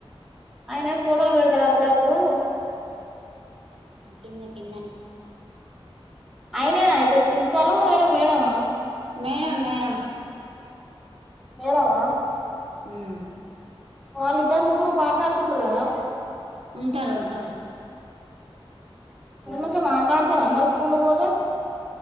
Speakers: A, in the centre; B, on the right (about 75°).
A: ఆయన ఫోటోలు పెడతాడు అప్పుడపు ఇప్పుడు
B: కింద కిందనే
A: ఆయనే కదా ఇప్పుడు ప్రిన్స్ పలు వేరె మేడమా
B: మేడం మేడం
A: మేడమా
B: ఉమ్
A: వాళ్ళు ఇద్దరు ముగ్గురు పార్ట్నర్స్ సుంటరు కదా
B: ఉంటారు ఉంటారు
A: మష మాట్లాడతారా మరి స్కూల్ కి పోతే